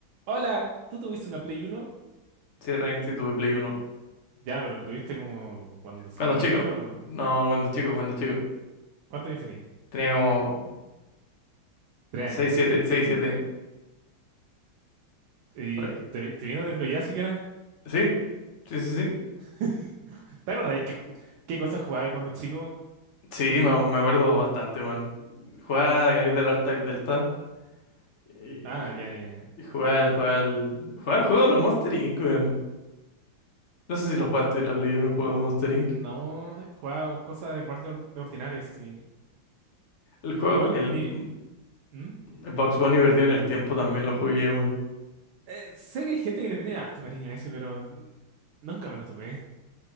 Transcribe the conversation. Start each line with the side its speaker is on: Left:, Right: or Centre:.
Right: Hola, ¿tú tuviste una Play uno,
Left: Sí, Rain, sí, tuve Play uno
Right: Ya, pero lo tuviste como cuando salió
Left: Cuando chico.
Right: la Play uno.
Left: No, cuando chico, cuando chico.
Right: ¿Cuántos años tenías?
Left: Tenía como
Right: Tres
Left: 6
Right: años.
Left: 7 6 7
Right: ¿Y
Left: por ahí.
Right: te, vi- te vino desbloqueada siquiera?
Left: ¿Sí? Sí, sí, sí.
Right: <laughs> ¿Te acordás qué, ju- qué cosas jugabas cuando chico?
Left: Sí, me, me acuerdo bastante, weón. Jugaba a Caleta del R-Type Delta. Y
Right: Ah,
Left: ju-
Right: ya, ya.
Left: y jugaba al, jugaba al, jugaba al juego de los Monster Inc., weón. No sé si lo jugaste,
Right: ya.
Left: en la Play uno el juego de Monster
Right: No,
Left: Inc.
Right: jugaba cosas igual de, or- de ordinarias, así.
Left: El juego,
Right: Igual,
Left: el,
Right: mi...
Left: mm,
Right: ¿Mm?
Left: el Box Bunny perdido en el tiempo también lo jugué, weón.
Right: Eh, sé que hay gente que le tiene harto cariño a ese, pero nunca me lo topé.